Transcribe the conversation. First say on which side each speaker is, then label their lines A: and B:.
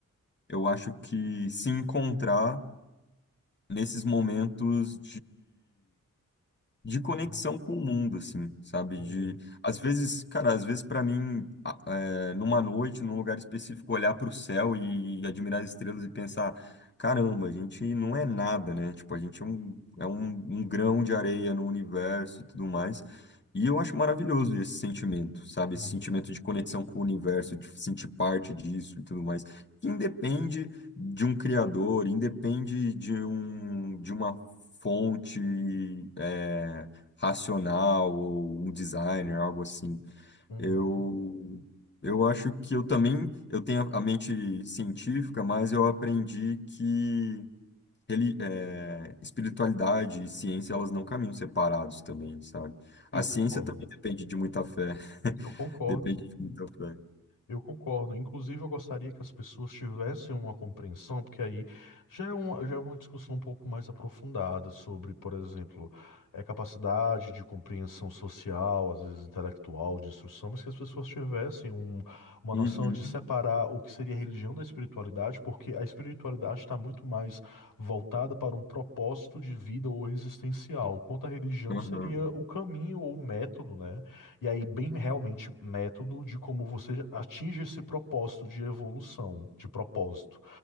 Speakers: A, on the left; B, on the left.
A: eu acho que se encontrar nesses momentos de conexão
B: uhum,
A: com o mundo, assim, sabe?
B: uhum,
A: De, às vezes, cara, às vezes para mim, a- é, numa noite, num lugar específico, olhar para o céu e admirar as estrelas e pensar, caramba, a gente não é nada, né? Tipo, a gente é um, é um, um grão de areia no universo e tudo mais. E eu acho maravilhoso esse sentimento, sabe?
B: uhum,
A: Esse sentimento de conexão com o universo, de sentir parte disso e tudo mais. Que independe de um criador, independe de um, de uma fonte é, racional ou um designer, algo assim.
B: uhum.
A: Eu, eu acho que eu também eu tenho a mente científica, mas eu aprendi que ele é, espiritualidade e ciência elas não caminham separados também, sabe? A
B: Eu
A: ciência
B: concordo.
A: também depende de muita fé. <laughs>
B: Eu concordo.
A: Depende de muita fé.
B: Eu concordo. Inclusive, eu gostaria que as pessoas tivessem uma compreensão, porque aí já é uma, já é uma discussão um pouco mais aprofundada sobre, por exemplo, é capacidade de compreensão social, às vezes intelectual, de instrução, mas que as pessoas tivessem um- uma
A: Uhum,
B: noção de separar o que seria a religião da espiritualidade, porque a espiritualidade está muito mais voltada para um propósito de vida ou existencial, enquanto a religião
A: uhum.
B: seria o caminho ou o método, né? E aí, bem realmente método de como você atinge esse propósito de evolução, de propósito.